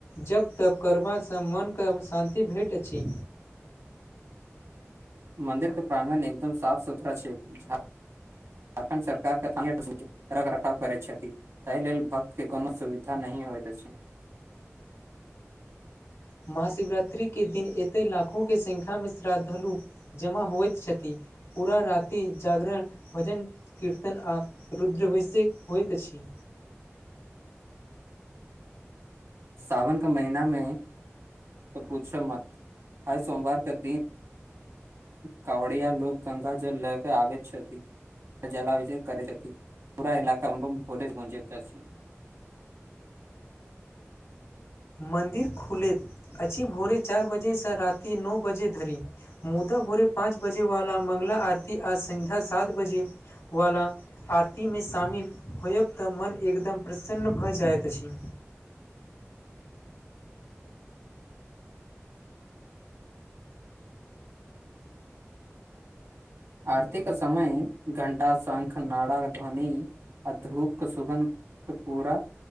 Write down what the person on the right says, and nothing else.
मन्दिर के प्रांगण एकदम साफ सुथरा छय झारखण्ड सरकार रख रखाव करै छथि, एहि लेल भक्त के कोनो असुविधा नही होयइत अछि।
सावन क महिना मे तऽ पूछो मत हर सोमवार के दिन कावड़िया लोक गंगाजल लय के आबैत छथी त जलाभिषेक करै छैथी, पूरा इलाका मे बम बम भोले गूंजे अछि।
आरती क समय घंटा, शंख, नारा, ध्वनि आ धूप क सुगन्ध पूरा